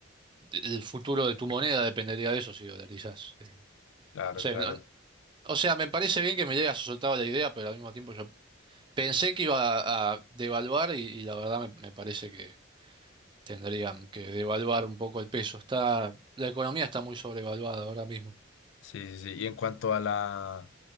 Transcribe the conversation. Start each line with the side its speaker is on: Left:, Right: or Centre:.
Right: el futuro de tu moneda dependería de eso si dolarizás. Eh,
Left: Claro,
Right: O sea,
Left: claro.
Right: no- o sea, me parece bien que me llegue soltado la idea, pero al mismo tiempo yo Pensé que iba a devaluar y, y la verdad me, me parece que tendrían que devaluar un poco el peso. Está, la economía está muy sobrevaluada ahora mismo.
Left: Sí, sí, sí. Y en cuanto a la,